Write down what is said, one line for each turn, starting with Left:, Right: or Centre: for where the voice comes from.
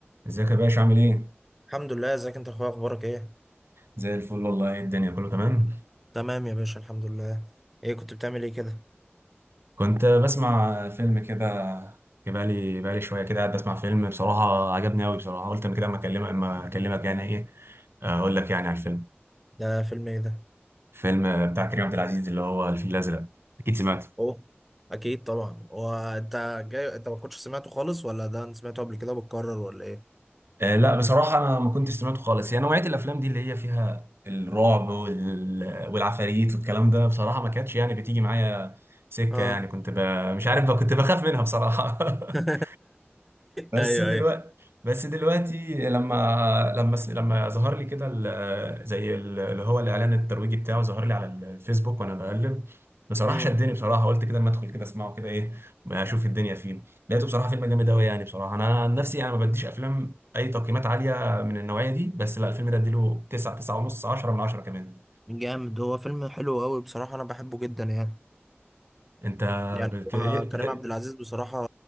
Right: ازيك يا باشا عامل ايه؟
Centre: الحمد لله ازيك انت يا اخويا اخبارك ايه
Right: زي الفل والله الدنيا كله تمام
Centre: تمام يا باشا الحمد لله ايه كنت بتعمل ايه كده
Right: كنت بسمع فيلم كده بقالي بقالي شويه كده قاعد بسمع فيلم بصراحه عجبني قوي بصراحه قلت اما كده اما اكلمك اما اكلمك يعني ايه اقول لك يعني على الفيلم
Centre: ده فيلم ايه ده
Right: فيلم بتاع كريم عبد العزيز اللي هو الفيل الازرق اكيد سمعته
Centre: اوه اكيد طبعا هو انت جاي انت ما كنتش سمعته خالص ولا ده انت سمعته قبل كده وبتكرر ولا ايه
Right: آه لا بصراحه انا ما كنتش سمعته خالص يعني نوعيه الافلام دي اللي هي فيها الرعب وال... والعفاريت والكلام ده بصراحه ما كانتش يعني بتيجي معايا سكه
Centre: اه
Right: يعني كنت ب... مش عارف بقى كنت بخاف منها بصراحه
Centre: <laughs>
Right: <laughs> بس
Centre: ايوه
Right: دلوقتي
Centre: ايوه
Right: بس دلوقتي لما لما لما ظهر لي كده ال- زي ال- اللي هو الاعلان الترويجي بتاعه ظهر لي على الفيسبوك وانا بقلب بصراحه
Centre: امم
Right: شدني بصراحه قلت كده ما ادخل كده اسمعه كده ايه اشوف الدنيا فيه لقيته بصراحه فيلم جامد قوي يعني بصراحه انا عن نفسي انا ما بديش افلام اي تقييمات عاليه من النوعيه دي بس لا الفيلم ده اديله 9 9 ونص 10 من 10 كمان
Centre: جامد هو فيلم حلو قوي بصراحه انا بحبه جدا يعني
Right: انت
Centre: يعني
Right: بت...
Centre: هو
Right: بت...
Centre: كريم عبد العزيز بصراحه